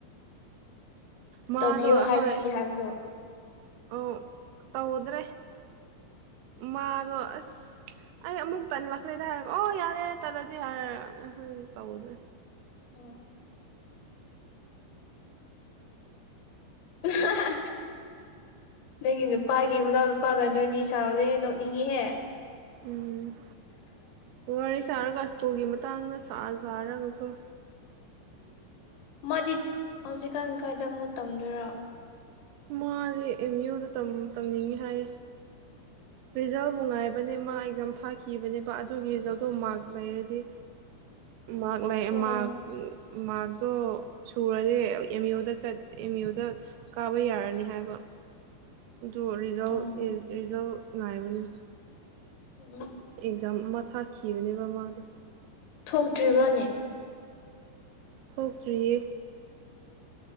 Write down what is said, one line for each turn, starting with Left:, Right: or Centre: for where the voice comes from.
Right: ꯃꯥꯗꯣ
Left: ꯇꯧꯕꯤꯌꯣ ꯍꯥꯏꯕꯒꯤ
Right: ꯍꯣꯏ
Left: ꯍꯥꯏꯕꯗꯣ
Right: ꯑꯣ ꯇꯧꯗ꯭ꯔꯦ꯫
Left: ꯑꯣ
Right: ꯃꯥꯗꯣ ꯑꯁ ꯑꯩ ꯑꯃꯨꯛ ꯇꯂꯛꯈ꯭ꯔꯦꯗ ꯍꯥꯏꯔꯦ ꯑꯣ ꯌꯥꯔꯦ ꯌꯥꯔꯦ ꯇꯜꯂꯗꯤ ꯍꯥꯏꯔ ꯇꯧꯗ꯭ꯔꯦ꯫
Left: ꯑꯣ ꯑꯍꯥꯍꯥ ꯅꯪꯒꯤ ꯅꯨꯄꯥꯒꯤ ꯃꯅꯥꯎ ꯅꯨꯄꯥꯒ ꯅꯣꯏꯅꯤ ꯁꯥꯕꯗꯤ ꯅꯣꯛꯅꯤꯡꯉꯤꯍꯦ꯫
Right: ꯎꯝ ꯋꯥꯔꯤ ꯁꯥꯔꯒ ꯑꯁ ꯎꯄꯨꯒꯤ ꯃꯇꯥꯡꯗ ꯁꯥ ꯁꯥꯔꯒꯀꯣ ꯎ
Left: ꯃꯥꯗꯤ ꯍꯧꯖꯤꯛꯀꯥꯟ ꯀꯥꯏꯗ ꯑꯃꯨꯛ ꯇꯝꯗꯣꯏꯔꯥ?
Right: ꯃꯥꯁ ꯑꯦꯝ ꯌꯨꯗ ꯇꯝꯅꯤꯡꯉꯤ ꯍꯥꯏ ꯔꯤꯖꯜꯕꯨ ꯉꯥꯏꯕꯅꯦ ꯃꯥ ꯑꯦꯛꯖꯥꯝ ꯊꯥꯈꯤꯕꯅꯦꯕ ꯑꯗꯨꯒꯤ ꯔꯤꯖꯜꯠꯇꯣ ꯃꯥꯔꯛ ꯂꯩꯔꯗꯤ ꯃꯍꯥꯛ ꯂꯩ
Left: ꯑꯣ
Right: ꯃꯥ ꯃꯥꯔꯛꯇꯣ ꯁꯨꯔꯗꯤ ꯑꯦꯝ ꯌꯨꯗ ꯆꯠ ꯑꯦꯝ ꯌꯨꯗ ꯀꯥꯕ ꯌꯥꯔꯅꯤ ꯍꯥꯏꯕ ꯑꯗꯨꯣ ꯔꯤꯖꯜ
Left: ꯑꯣ
Right: ꯔꯤꯖꯜ ꯉꯥꯏꯕꯅꯤ
Left: ꯎꯝ
Right: ꯑꯦꯛꯖꯝ ꯊꯥꯈꯤꯕꯅꯦꯕꯃꯥꯗꯣ
Left: ꯊꯣꯛꯇ꯭ꯔꯤꯕ꯭ꯔꯣꯅꯦ
Right: ꯊꯣꯛꯇ꯭ꯔꯤꯌꯦ